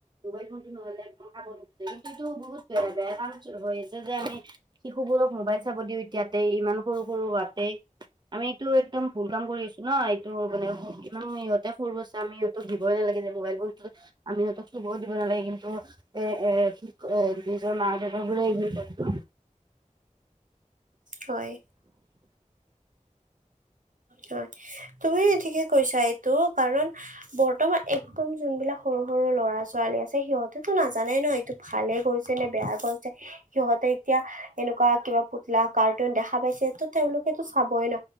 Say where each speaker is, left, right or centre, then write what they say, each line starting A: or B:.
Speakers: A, on the right; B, on the right.
A: মোবাইল ফোনটো নহলে একম খাব। হেকিনতিতো বহুত। বেয়া কাম হৈ আছে যে আমি শিশু বোৰক মোবাইল চাব দিওঁ এতিয়াতে ইমান সৰু সৰু হোৱাতেই আমি এইটো একদম ভুল কাম কৰি আছো ন এইটো মানে ইমান সিহঁতে সৰু ব্ত আমি ইিহঁতক দিবই নালাগে যে মোবাইল বোৰ আমি সিহঁতক চুব দিব নালাগে কিন্তু। এ এ। নিজৰ মা দেতাবোৰে দায়িত্ব।
B: হয়। হয় তুমি ঠিকে কৈছা এইটো কাৰণ বৰ্তমান। একদম যোনবিলাক সৰু। সৰু ল'ৰা ছোৱালী আছে সিহঁতেতো নাজানে ন এইটো ভালে কৰিছে নে বেয়া কৰিছে সিহঁতে এতিয়া এনেকুৱা কিবা পুতলা কাৰ্টুন দেখা পাইছে তো তেওঁলোকেতো চাবই ন।